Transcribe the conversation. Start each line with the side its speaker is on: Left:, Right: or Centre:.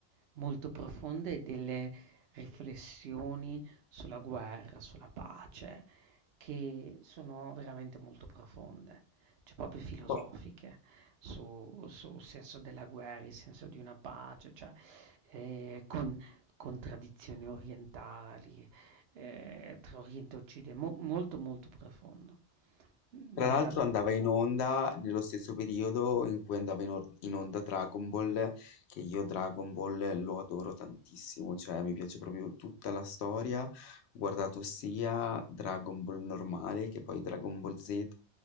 Right: molto profonda e delle riflessioni sulla guerra, sulla pace, che sono veramente molto profonde cioè proprio filosofiche
Left: boh,
Right: su, sul senso della guerra, il senso di una pace, cioè, eh, con, con tradizioni orientali, eh, tra Oriente e Occidente, mo- molto molto profondo. Non
Left: Tra l'altro
Right: a caso,
Left: andava in onda nello stesso periodo in cui andava in, or- in onda Dragon Ball, che io Dragon Ball lo adoro tantissimo, cioè mi piace proprio tutta la storia. Ho guardato sia Dragon Ball normale che poi Dragon Ball Z,